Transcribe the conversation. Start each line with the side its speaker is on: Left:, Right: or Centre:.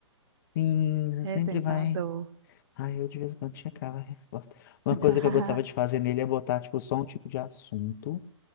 Left: Sim, você
Right: É
Left: sempre
Right: tentador.
Left: vai. Ai, eu de vez em quando checava a resposta. Uma
Right: <laughs>
Left: coisa que eu gostava de fazer nele é botar, tipo, só um tipo de assunto.